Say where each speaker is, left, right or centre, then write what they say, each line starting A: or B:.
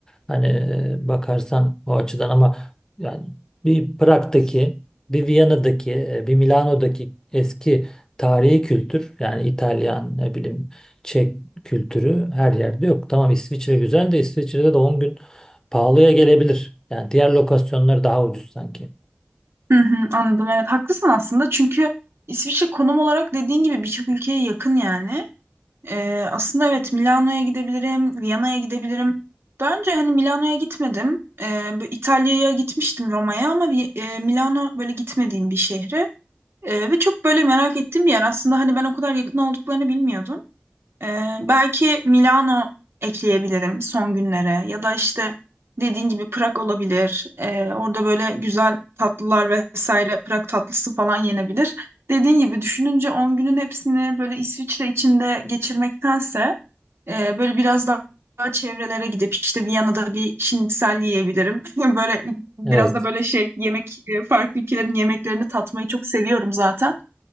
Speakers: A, on the left (about 15°); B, on the right (about 75°).
A: Hani e, bakarsan o açıdan ama yani bir Prag'daki, bir Viyana'daki, e, bir Milano'daki eski tarihi kültür yani İtalyan ne bileyim Çek kültürü her yerde yok. Tamam İsviçre güzel de İsviçre'de de 10 gün pahalıya gelebilir. Yani diğer lokasyonlar daha ucuz sanki.
B: Hı hı, anladım evet haklısın aslında çünkü İsviçre konum olarak dediğin gibi birçok ülkeye yakın yani. Ee, aslında evet Milano'ya gidebilirim, Viyana'ya gidebilirim. Daha önce hani Milano'ya gitmedim. Ee, bu İtalya'ya gitmiştim Roma'ya ama Vi- e, Milano böyle gitmediğim bir şehri. Ee, ve çok böyle merak ettiğim bir yer. Aslında hani ben o kadar yakın olduklarını bilmiyordum. Ee, belki Milano ekleyebilirim son günlere ya da işte dediğin gibi Prag olabilir. Ee, orada böyle güzel tatlılar vesaire Prag tatlısı falan yenebilir. Dediğin gibi düşününce 10 günün hepsini böyle İsviçre içinde geçirmektense e, böyle biraz daha çevrelere gidip işte Viyana'da bir şnitzel yiyebilirim. <laughs> Böyle biraz
A: Evet,
B: da böyle şey yemek e, farklı ülkelerin yemeklerini tatmayı çok seviyorum zaten.